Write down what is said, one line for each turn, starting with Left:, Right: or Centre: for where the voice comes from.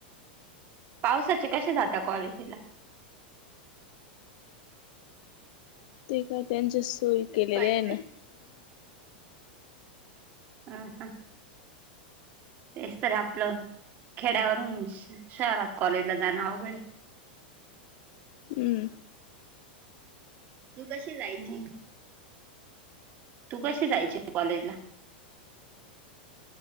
Right: पावसाचे कसे जात कॉलेजीला
Left: ते काय त्यांच्या सोय केलेल्या
Right: पायी
Left: आहे ना
Right: हह हा तेच तरी आपलं खेड्यावरून शहरात कॉलेजला जाणं अवघडे
Left: हम्म
Right: तू कशी जायची तू कशी जायच कॉलेजला